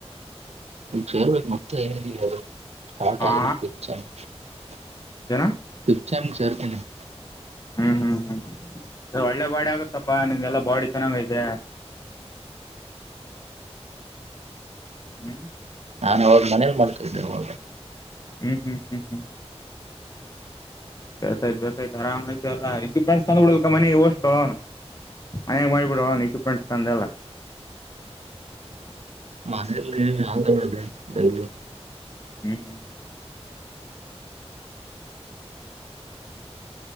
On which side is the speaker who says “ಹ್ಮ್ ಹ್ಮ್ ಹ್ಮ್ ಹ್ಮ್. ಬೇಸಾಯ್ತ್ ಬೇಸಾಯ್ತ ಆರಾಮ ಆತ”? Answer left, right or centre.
Left